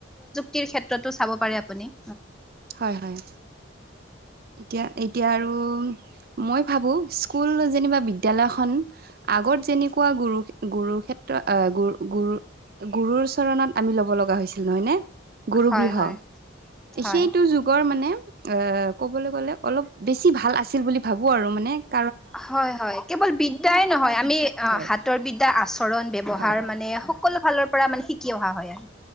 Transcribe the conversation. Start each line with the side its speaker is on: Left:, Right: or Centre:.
Centre: তিৰ ক্ষেত্ৰতো চাব পাৰে আপুনি -
Right: হয় হয়। এতিয়া এতিয়া আৰু মই ভাবো স্কুল যেনিবা বিদ্যালয়খন - আগত যেনেকুৱা গুৰু শি- গুৰুৰ ক্ষেত্ৰ গুৰু গুৰু গুৰুৰ চৰণত আমি ল'ব লগা হৈছিল নহয় নে? গুৰু
Centre: হয়
Right: গৃহ,
Centre: হয় হয়
Right: সেইটো যুগৰ মানে অ - ক'বলৈ গ'লে অলপ বেছি ভাল আছিল বুলি ভাবোঁ আৰু মানে -
Centre: হয় হয়, কেৱল বিদ্যায়াই নহয় আমি
Right: হয়
Centre: হাতৰ বিদ্যা আচৰণ ব্যৱহাৰ
Right: হয়
Centre: মানে স - সকলো ফালৰ পৰা মানে শিকি অহা হয় আৰু